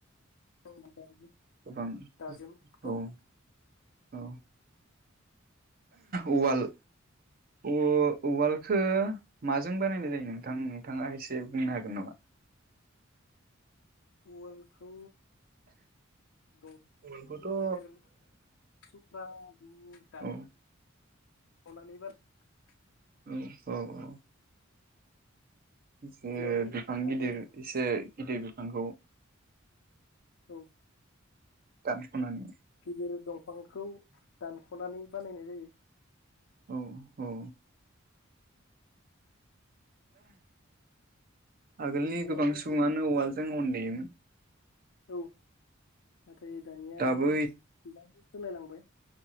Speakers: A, on the left (about 85°); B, on the right (about 45°).
A: <unintelligible>
B: गोबां औ औ उवाल ओ उवालखौ माजों बानायनाय जायो नोंथां नोंथाङा एसे बुंनो हागोन नामा
A: उवालखौ दंफांनि
B: उवालखौथ' ओ
A: गिदिर थुख्रा दान
B: औ
A: खनानै <unintelligible>
B: औ औ औ एसे
A: बेयाव
B: बिफां गिदिर
A: आरो
B: एसे गिदिर बिफां नंगौ
A: औ
B: दानख'नानै
A: बिदिनो दं फांखौ दानख'नानै बानायनाय जायो
B: औ औ <inaudible> आगोलनि
A: बेयावनो
B: गोबां सुबङानो उवाल जों अन देयोमोन
A: औ नाथाय दानिया
B: दाबो
A: गोबां सोलायलांबाय